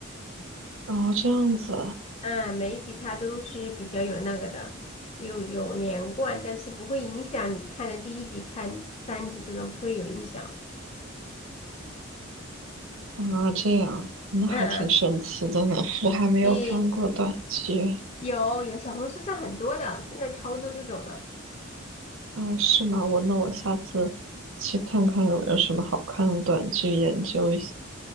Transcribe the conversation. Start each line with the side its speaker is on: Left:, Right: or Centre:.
Right: 啊，这样子
Left: 嗯，每一集它都是比较有那个的，有有连贯，但是不会影响你看的第一集、看三集这种不会有影响。
Right: 啊，这样，那还挺神奇的呢。
Left: 嗯，
Right: 我还没有看过短剧
Left: 对，有有小红书上很多的，真的超多这种的。
Right: 啊，是吗？我那我下次去看看有没有什么好看的短剧，研究一下。